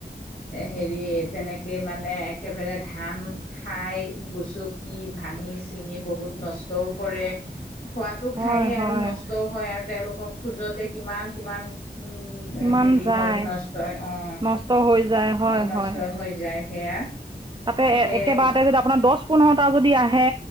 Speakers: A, on the left; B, on the right.
A: হেৰি তেনেকেই মানে একেবাৰে ধান। খাই গুচকি ভাঙি চিঙি বহুত নষ্টও কৰে। খোৱাতো খায়েই
B: হয়
A: আৰু
B: হয়
A: নষ্টও হয় আৰু তেওঁলোকক খোজতে কিমান কিমান উম।
B: কিমান
A: এ হেৰি
B: যায়
A: হয় নষ্ট, অ'
B: নষ্ট হৈ যায় হয়
A: নষ্ট
B: হয়
A: হৈ যায় সেয়া।
B: তাতে
A: সেই
B: একেবাৰতে যদি আপোনাৰ দচ - পোন্ধৰটা যদি আহে।